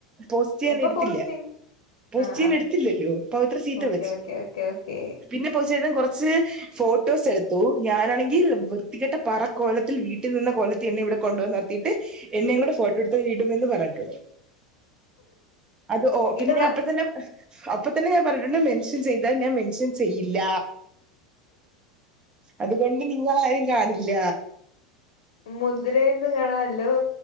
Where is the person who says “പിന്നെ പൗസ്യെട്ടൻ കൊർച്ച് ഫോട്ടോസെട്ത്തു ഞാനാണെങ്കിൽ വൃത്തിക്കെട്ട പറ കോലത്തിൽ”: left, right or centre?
Right